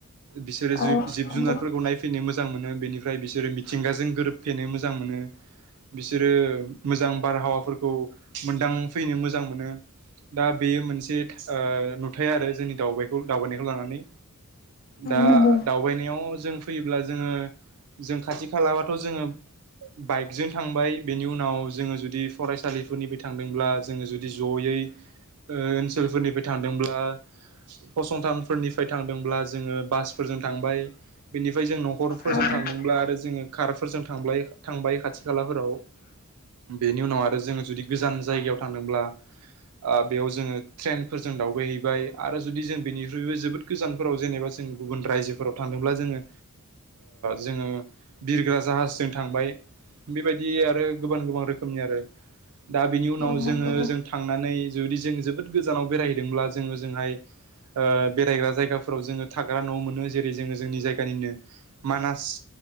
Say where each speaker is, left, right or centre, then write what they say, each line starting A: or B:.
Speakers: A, on the right; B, on the left.
A: बिसोरो जि
B: औ
A: जिब
B: नंगौ
A: जुनारफोरखौ
B: औ
A: नायफैनो मोजां मोनो बेनिफ्राय बिसोरो मिथिंगाजों गोरोबफैनो मोजां मोनो। ओ बिसोरो मोजां बारहावाफोरखौ मोनदांफैनो मोजां मोनो। दा बेयो मोनसे थास नुथाय आरो जोंनि दावबायखौ दावबायनायखौ लानानै। दा
B: नंगौ
A: दावबायनायाव जों फैयोब्ला जोंङो। जों खाथि खालानाथ जोंङो। बाइकजों थांबाय बेनि उनाव जोंङो जुदि फरायसालि। फोरनिफाय थांदोंब्ला जोंङो जुदि जयै ओनसोलफोरनिफाय थांदोंब्ला। फसंथानफोरनिफाय थांदोंब्ला जोंङो बासफोरजों थांबाय बेनिफाय जों न'खरफोरजों।
B: औ
A: थांदोंब्ला आरो जोंङो कारफोरजों थांब्लाय थांबाय खाथि खालाफोराव। बेनि उनाव आरो जोंङो जुदि गोजान जायगायाव थांदोंब्ला। आ बेयाव जोंङो ट्रेनफोरजों दावबायहैबाय आरो जुदि जों बेनिख्रुइबो जोबोद गोजानफोराव जेनेबा। जों गुबुन रायजोफोराव थांदोंब्ला जोंङो। जोंङो बिरग्रा जाहास जों थांबाय। बेबायदि आरो गोबां गोबां रोखोमनि आरो। दा बिनि उनाव
B: नंगौ
A: जोंङो जों थांनानै जुदि जों जोबोद गोजानाव बेरायहैदोंब्ला जोंङो ओजोंहाय। ओ बेरायग्रा जायगाफोराव जोंङो थाग्रा न' मोनो जेरै जोंङो जोंनि जायगानिनो मानास।